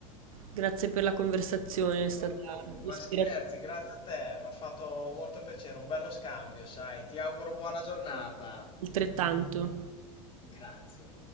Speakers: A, on the right (about 80°); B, on the left (about 30°).
A: Grazie per la conversazione, è stata
B: Va bene, ma
A: ispirativa,
B: scherzi, grazie a te, mi ha fatto molto piacere, un bello scambio, sai. Ti auguro buona giornata.
A: altrettanto.
B: Grazie.